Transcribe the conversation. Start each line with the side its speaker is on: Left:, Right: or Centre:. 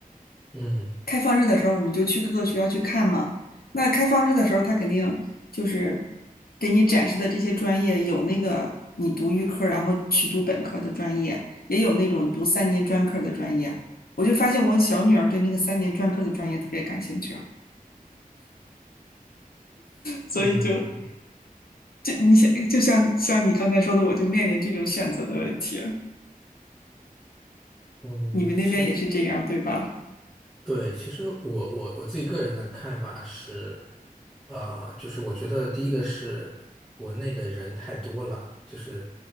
Centre: 嗯
Left: 开放日的时候，我们就去各个学校去看嘛。那开放日的时候，他肯定就是给你展示的这些专业，有那个你读预科，然后去读本科的专业，也有那种读三年专科的专业。我就发现我小女儿对那个三年专科的专业特别感兴趣啊所以就
Centre: 嗯
Left: 就你想，就像像你刚才说的，我就面临这种选择的问题。
Centre: 嗯，
Left: 你们那边也是这样，
Centre: 是。
Left: 对吧？
Centre: 对，其实我我我自己个人的看法是，呃，就是我觉得第一个是国内的人太多了，就是